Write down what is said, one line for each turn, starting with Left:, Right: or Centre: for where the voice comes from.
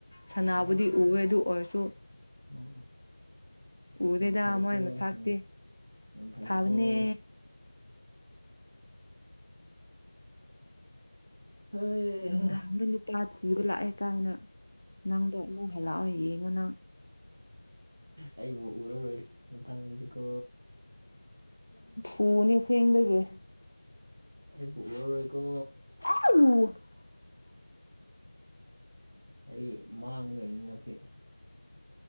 Left: ꯁꯅꯥꯕꯨꯗꯤ
Right: ꯑꯣ
Left: ꯎꯋꯦ ꯑꯗꯨ ꯑꯣꯏꯔꯁꯨ
Right: ꯑꯣ
Left: ꯎꯗꯦꯗ
Right: ꯌꯥꯝ ꯐꯩꯀꯣ
Left: ꯃꯣꯏ ꯃꯁꯇꯤ
Right: ꯌꯥꯝ ꯌꯥꯝ ꯐꯩꯀꯣ
Left: ꯐꯥꯕꯅꯦ
Right: ꯍꯩꯍꯥ
Left: ꯅꯪꯒ ꯇ ꯏꯕ ꯂꯥꯛꯑꯦ ꯀꯥꯏꯅ ꯅꯪꯗ ꯂ ꯑꯣꯏ ꯑꯗꯨꯅ
Right: ꯑꯩꯕꯨ ꯎꯔꯔꯣꯏ ꯃꯊꯪꯗꯗꯤꯀꯣ
Left: ꯄꯨꯅꯤꯁ ꯊꯦꯡꯒꯦ
Right: ꯑ ꯎꯔꯔꯣꯏꯀꯣ
Left: <inaudible>
Right: ꯑꯩ ꯃꯥꯡꯗꯣꯏꯅꯤ ꯍꯟꯗꯛꯇꯤ